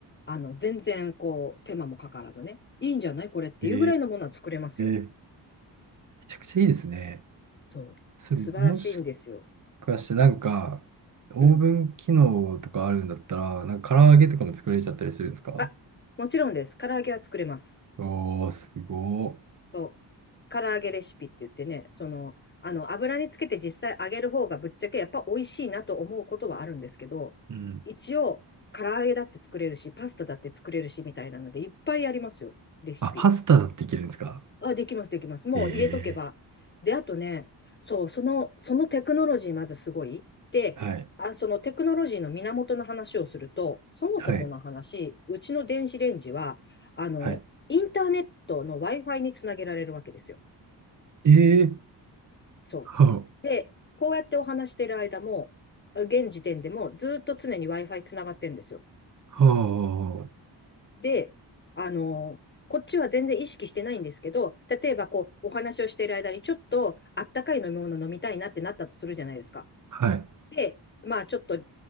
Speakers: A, on the left (about 30°); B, on the right (about 45°).
A: あの、全然こう、手間もかからずね、いいんじゃないこれっていうぐらいのものは作れますよ。
B: うん。えー、めちゃくちゃいいですね。
A: そう。
B: それもし
A: 素晴らしいんですよ。
B: かしてなんか、オーブン機能とかあるんだったら、
A: うん。
B: なんか唐揚げとかも作れちゃったりするんですか
A: うん。あ、もちろんです。唐揚げは作れます。
B: おー、すごー。
A: そう。唐揚げレシピって言ってね、その、あの、油につけて実際揚げる方がぶっちゃけやっぱ美味しいなと思うことはあるんですけど、
B: うん。
A: 一応、唐揚げだって作れるし、パスタだって作れるし、みたいなので、いっぱいありますよ。レシピ。
B: あ、パスタだっていけるんですか
A: あ、できます、できます。もう入れとけば。
B: え
A: で、あとね、そう、その、そのテクノロジーまずすごい。で、
B: えー、はい。
A: あ、そのテクノロジーの源の話をすると、そもそもの話、
B: はい。
A: うちの電子レンジは、あの、
B: はい。
A: インターネットの Wi-Fi につなげられるわけですよ。
B: ええー、
A: そ
B: は
A: う。で、こうやってお話してる間も、現時点でもずっと常に Wi-Fi つながってるんですよ。
B: あ、は
A: で、あの、こっちは全然意識してないんですけど、例えばこう、お話をしている間にちょっとあったかい飲み物飲みたいなってなったとするじゃないですか。
B: あ、はい。
A: で、まあちょっと